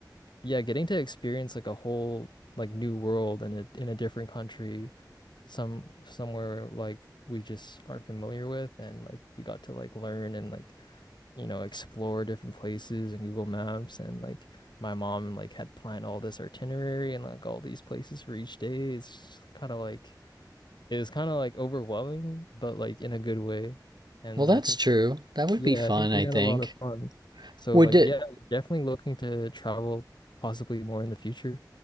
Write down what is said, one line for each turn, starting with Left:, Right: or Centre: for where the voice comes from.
Left: yeah, getting to experience like a whole like new world and a in a different country some somewhere like we just aren't familiar with and like we got to like learn and like you know explore different places and Google Maps and like my mom like had planned all this itinerary and like all these places for each day it's kind of like it was kind of like overwhelming but like in a good way and
Right: Well, that's
Left: I think
Right: true. That would
Left: yeah
Right: be fun,
Left: I think
Right: I
Left: we had
Right: think.
Left: a lot of fun so
Right: Would
Left: like
Right: it?
Left: yeah we're definitely looking to travel possibly more in the future